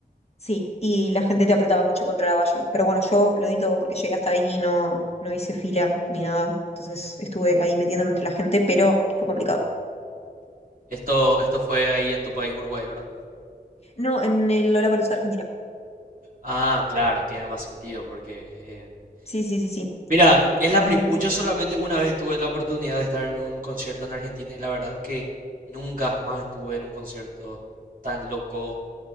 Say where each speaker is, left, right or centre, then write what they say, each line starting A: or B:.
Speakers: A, on the left (about 40°); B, on the right (about 55°).
A: sí, y la gente te apretaba mucho contra la valla. Pero bueno, yo lo di todo porque llegué hasta ahí y no, no hice fila ni nada. Entonces estuve ahí metiéndome entre la gente, pero fue complicado.
B: Esto, esto fue ahí en tu país, Uruguay, ¿verdad?
A: No, en el Lollapalooza de Argentina.
B: Ah, claro, tiene más sentido porque... en-
A: Sí, sí, sí, sí.
B: Mira, es la
A: Ahí
B: prim-
A: en-
B: yo solamente una vez tuve la oportunidad de estar en un concierto en Argentina y la verdad que nunca jamás estuve en un concierto tan loco,